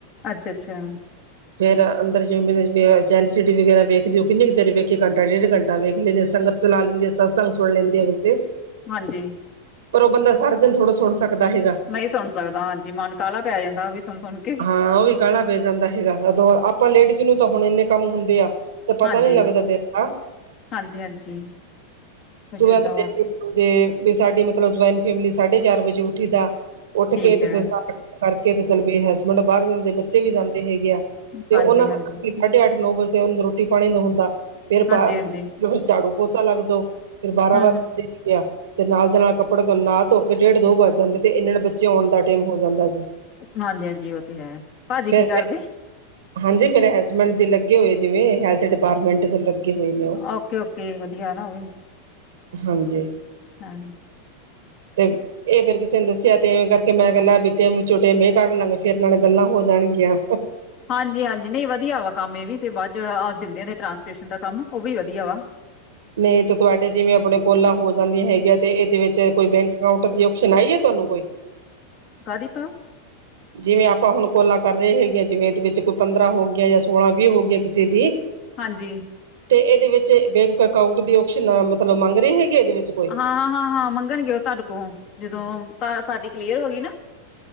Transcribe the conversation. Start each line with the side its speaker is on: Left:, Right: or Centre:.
Left: ਅੱਛਾ- ਅੱਛਾ।
Right: ਫਿਰ ਅੰਦਰ ਜਿਵੇਂ ਚੈਲ ਸਿਟੀ ਵਗੈਰਾ ਵੇਖਦੇ ਹੋ। ਕਿੰਨੀ ਕੁ ਦੇਰ ਵੇਖ ਇੱਕ ਘੰਟਾ- ਡੇਢ ਘੰਟਾ ਵੇਖ ਲੈਂਦੇ ਆ ਸੰਗਤ ਚਲਾ ਲੈਂਦੇ ਆ ਸਤਸੰਗ ਸੁਣ ਲੈਂਦੇ ਆ ਵਸੇ।
Left: ਹਾਂਜੀ।
Right: ਪਰ ਉਹ ਬੰਦਾ ਸਾਰਾ ਦਿਨ ਥੋੜ੍ਹਾ ਸੁਣ ਸਕਦਾ ਹੈਗਾ।
Left: ਨਹੀਂ ਸੁਣ ਸਕਦਾ। ਹਾਂਜੀ। ਮਨ ਕਾਹਲਾ ਪੈ ਜਾਂਦਾ ਉਹ ਵੀ ਸੁਣ- ਸੁਣ ਕੇ।
Right: ਹਾਂ ਉਹ ਵੀ ਕਾਹਲਾ ਪੈ ਜਾਂਦਾ ਹੈਗਾ ਉਦੋਂ ਆਪਾਂ ਲੇਡੀਜ਼ ਨੂੰ ਤਾਂ ਹੁਣ ਇੰਨੇ ਕੰਮ ਹੁੰਦੇ ਆ। ਤੇ ਪਤਾ
Left: ਹਾਂਜੀ।
Right: ਨੀ ਲੱਗਦਾ ਦਿਨ ਦਾ
Left: ਹਾਂਜੀ- ਹਾਂਜੀ। ਬਜ਼ੁਰਗਾਂ
Right: ਸੁਬਹ ਤੋਂ
Left: ਵਾਸਤੇ
Right: ਵਜੇ ਸਾਡੀ ਮਤਲਬ ਜੁਇੰਟ ਫੈਮਲੀ ਸਾਢੇ ਚਾਰ ਵਜੇ ਉੱਠੀ ਦਾ। ਉੱਠ
Left: ਠੀਕ
Right: ਕੇ ਤੇ
Left: ਹੈ
Right: ਫਿਰ ਸਾਰਾ ਕਰਕੇ ਤੇ ਚੱਲ ਬ ਹਸਬੈਂਡ ਬਾਹਰ ਜਾਂਦੇ, ਬੱਚੇ ਵੀ ਜਾਂਦੇ ਹੈਗੇ ਆ। ਤੇ
Left: ਹਾਂਜੀ
Right: ਉਹਨਾਂ
Left: ਹਾਂਜੀ
Right: ਦਾ ਸਾਢੇ ਅੱਠ- ਨੌ ਵਜੇ ਉਹਨੂੰ ਰੋਟੀ- ਪਾਣੀ ਦਾ ਹੁੰਦਾ। ਫੇਰ
Left: ਹਾਂਜੀ
Right: ਫਿਰ
Left: ਹਾਂਜੀ
Right: ਝਾੜੂ ਪੋਚਤਾ ਲੱਗ ਜਾਓ। ਫਿਰ ਬਾਰਾਂ
Left: ਹਮ
Right: ਵਜ ਗਿਆ। ਤੇ ਨਾਲ ਦੇ ਨਾਲ ਕੱਪੜੇ ਤੋਂ ਨਾ- ਧੋ ਕੇ ਡੇਢ- ਦੋ ਵਜ ਜਾਂਦੇ ਤੇ ਇਹਨਾਂ ਨੇ ਬੱਚੇ ਆਉਣ ਦਾ ਟਾਈਮ ਹੋ ਜਾਂਦਾ ਜੀ।
Left: ਹਾਂਜੀ- ਹਾਂਜੀ ਉਹ ਤੇ ਹੈ। ਭਾਜੀ
Right: ਫਿਰ
Left: ਕੀ ਕਰਦੇ?
Right: ਹਾਂਜੀ। ਮੇਰੇ ਹਸਬੈਂਡ ਦੀ ਲੱਗੇ ਹੋਏ ਜਿਵੇਂ ਹੈਲਥ ਡਿਪਾਰਟਮੈਂਟ ਲੱਗੇ। ਹੋਏ ਨੇ ਉਹ
Left: ਓਕੇ -ਓਕੇ ਵਧੀਆ ਨਾ ਉਹ ਵੀ।
Right: ਹਾਂਜੀ।
Left: ਹਾਂ
Right: ਤੇ ਇਹ ਫੇਰ ਕਿਸੇ ਦੇ ਸਿਆ ਤੇ ਇਵੇਂ ਕਰਕੇ ਮੈਂ ਕਹਿ ਬੀਟੇ ਚੋਟੇ ਮੈਂ ਕੱਢ ਲਾਂਗੇ ਫੇਰ ਨਾਲ ਗੱਲਾਂ ਹੋ ਜਾਣਗੀਆਂ।
Left: ਹਾਂਜੀ -ਹਾਂਜੀ ਨਹੀਂ ਵਧੀਆ ਵਾ ਕੰਮ ਇਹ ਵੀ ਫਿਰ ਬਾਅਦ ਚਹ ਦਿੰਦੇ ਆ ਟਰਾਂਸਪਰੇਸ਼ਨ ਦਾ ਕੰਮ ਉਹ ਵੀ ਵਧੀਆ ਵਾ।
Right: ਨਹੀਂ ਤੇ ਤੁਹਾਡੇ ਜਿਵੇਂ ਆਪਣੇ ਕੋਲਾ ਹੋ ਜਾਂਦੀਆਂ ਹੈਗੀਆਂ ਤੇ ਇਹਦੇ ਵਿੱਚ ਕੋਈ ਬੈਂਕ ਅਕਾਊਂਟ ਦੀ ਓਪਸ਼ਨ ਆਈ ਹੈ। ਤੁਹਾਨੂੰ ਕੋਈ।
Left: ਕਾਦੀ ਪਅ।
Right: ਜਿਵੇਂ ਆਪਾਂ ਹੁਣ ਕੋਲਾ ਕਰ ਰਹੇ ਹੈਗੇ ਜਿਵੇਂ ਇਹਦੇ ਵਿੱਚ ਕੋਈ ਪੰਦਰਾਂ ਹੋ ਗਿਆਂ ਜਾਂ ਸੋਲਾਂ ਵੀਹ ਹੋ ਗਿਆਂ ਕਿਸੇ ਦੀ।
Left: ਹਾਂਜੀ।
Right: ਤੇ ਇਹਦੇ ਵਿੱਚ ਬੈਂਕ ਅਕਾਊਂਟ ਦੀ ਆਪਸ਼ਨ ਮਤਲਬ ਮੰਗ ਰਹੇ ਹੈਗੇ ਇਹਦੇ ਵਿੱਚ ਕੋਈ।
Left: ਹਾਂ -ਹਾਂ- ਹਾਂ- ਹਾਂ ਮੰਗਣਗੇ। ਉਹ ਤੁਹਾਡੇ ਕੋਲ ਜਦੋਂ ਸਾਡੀ ਕਲੀਅਰ ਹੋ ਗਈ ਨਾ‌।